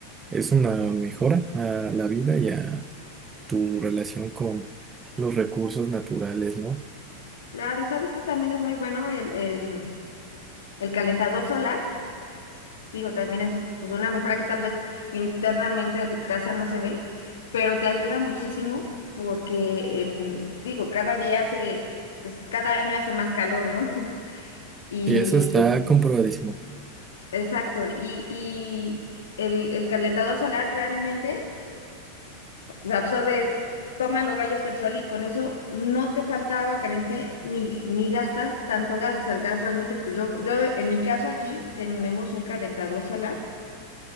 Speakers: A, on the right; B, on the left.
A: es una mejora a la vida y a tu relación con los recursos naturales, ¿no?
B: Claro, ¿sabes que también es muy bueno el, el, el calentador solar? Digo, también es pues una mejora que tal vez internamente de tu casa no se ve, pero te ayuda muchísimo porque, en- digo, cada día hace, es- cada año hace más calor, ¿no? <laughs> Y,
A: Y eso está comprobadísimo.
B: exacto, y, y el, el calentador solar realmente O sea, absorbe, toma los rayos del sol y con eso no te falta agua caliente ni, ni gastas tanto gas. O sea, el gas realmente, pues yo, yo en mi caso aquí tenemos un calentador solar